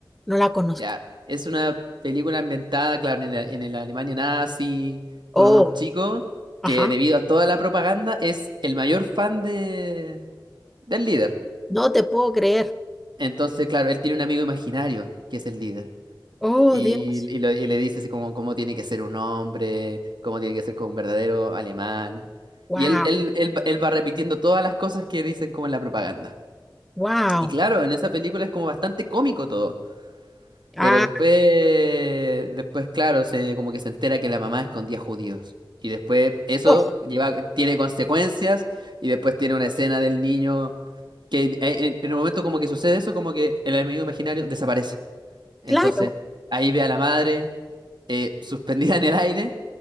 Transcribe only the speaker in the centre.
no la conozco.
Oh,
ajá,
no te puedo creer.
Oh,
Dios.
Wow,
wow.
Ah,
oh,
claro.